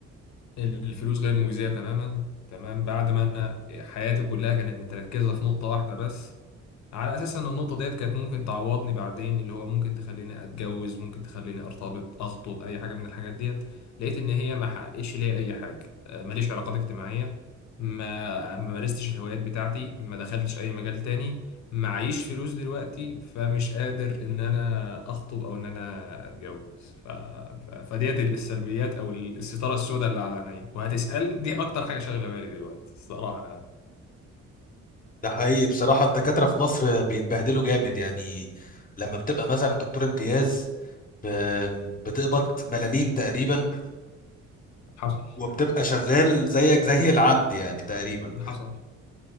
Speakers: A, on the left; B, on the left.
A: الفلوس غير مجزية تماما تمام بعد ما انا حياتي كلها كانت متركزة في نقطة واحدة بس على اساس ان النقطه ديت كانت ممكن تعوضني بعدين اللي هو ممكن تخليني اتجوز ممكن تخليني ارتبط اخطب اي حاجه من الحاجات ديت لقيت ان هي ما حققتش ليا اي حاجه آه، ماليش علاقات اجتماعيه ما ما مارستش الهوايات بتاعتي ما دخلتش اي مجال تاني معيش فلوس دلوقتي فمش قادر ان انا اخطب او ان انا اتجوز ف... ف... فديت السلبيات او الستاره السوداء اللي على عيني وهتسال دي اكتر حاجه شاغله بالي دلوقتي الصراحه يعني
B: ده حقيقي بصراحة الدكاترة في مصر بيتبهدلوا جامد يعني لما بتبقى مثلا دكتور امتياز ب- بتقبض ملاليم تقريبا
A: حصل
B: وبتبقى شغال زيك زي العبد يعني تقريبا
A: حصل